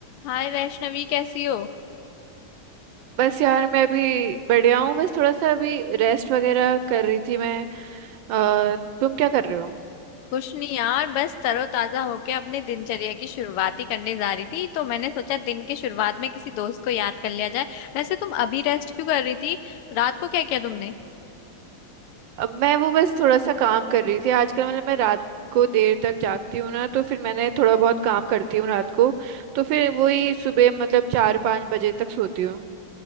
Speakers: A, on the left; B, on the right.
A: हाय वैष्णवी कैसी हो
B: बस यार मैं अभी बढ़िया हूँ बस थोड़ा सा अभी रेस्ट वगैरह कर रही थी मैं अ, तुम क्या कर रहे हो
A: कुछ नहीं यार बस तरोताजा होके अपने दिनचर्या की शुरुआत ही करने जा रही थी तो मैंने सोचा दिन के शुरुआत में किसी दोस्त को याद कर लिया जाए वैसे तुम अभी रेस्ट क्यों कर रही थी रात को क्या किया तुमने
B: अब मैं वो बस थोड़ा सा काम कर रही थी आजकल मतलब मैं रात को देर तक जागती हूँ ना तो फिर मैंने थोड़ा बहुत काम करती हूँ रात को तो फिर वही सुबह मतलब चार पाँच बजे तक सोती हूँ